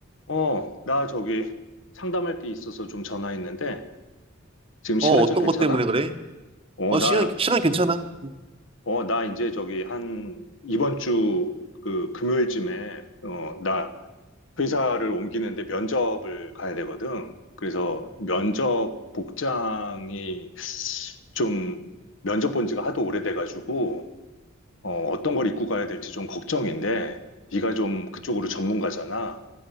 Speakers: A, on the left; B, on the right.
A: 어, 나 저기 상담할 게 있어서 좀 전화했는데, 지금 시간
B: 어, 어떤
A: 좀 괜찮아?
B: 것 때문에 그래?
A: 어,
B: 어,
A: 나,
B: 시간, 시간 괜찮아. 응.
A: 어, 나 이제 저기 한 이번 주 그 금요일쯤에, 어, 나 회사를 옮기는데 면접을 가야 되거든. 그래서 면접 복장이 좀 면접 본 지가 하도 오래돼가지고, 어, 어떤 걸 입고 가야 될지 좀 걱정인데, 네가 좀 그쪽으로 전문가잖아.